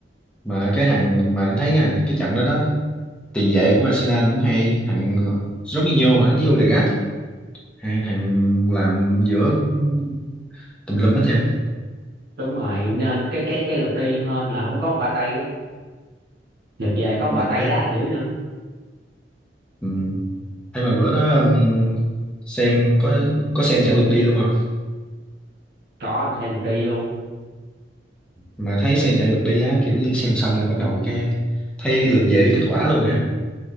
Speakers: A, in the centre; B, on the right (about 60°).
A: Mà cái thằng mà anh thấy nha, cái trận đó đó tiền vệ của Arsenal cũng hay, thằng Jorginho hả, với Odegaard á, thằng thằng làm giữa cũng tùm lum hết trơn.
B: đúng rồi nên cái cái cái lượt đi hên là không có một ba tay á lượt về có một
A: Mặt
B: ba tay
A: tay
B: đá thằng dữ nữa
A: Ừ. Thế mà bữa đó ừm, xem có có xem chặng lượt đi luôn không?
B: có em xem lượt đi luôn
A: Mà thấy xem chặng lượt đi á kiểu như xem xong rồi bắt đầu cái thấy lượt về biết kết quả luôn ha.